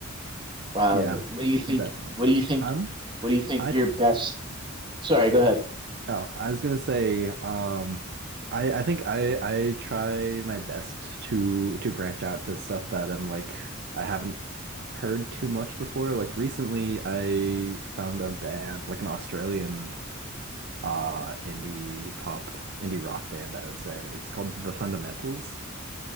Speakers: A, on the right (about 25°); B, on the right (about 50°).
A: Um,
B: Yeah,
A: what do you think?
B: definitely.
A: What do you think?
B: Um,
A: What do you think
B: I
A: your best? Sorry, go ahead.
B: Oh, I was gonna say, um, I I think I I try my best to to branch out to stuff that I'm like I haven't heard too much before. Like recently, I found a band, like an Australian uh indie pop, indie rock band, I would say. It's called The Fundamentals.